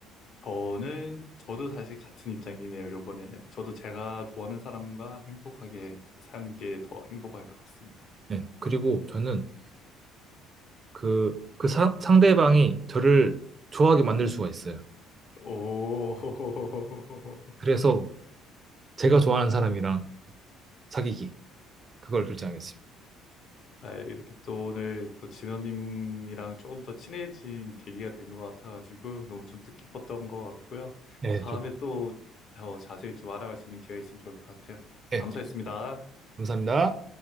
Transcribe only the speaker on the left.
저는, 저도 사실 같은 입장이네요, 요번에는. 저도 제가 좋아하는 사람과 행복하게 사는 게 더 행복할 것 같습니다.
오, <laughs>
아, 이렇게 또 오늘 또 진호님이랑 조금 더 친해진 계기가 된 것 같아가지고 너무 좀 뜻깊었던 것 같고요.
다음에
또 더 자세히 좀 알아갈 수 있는 기회가 있으면 좋을 것 같아요.
감사했습니다.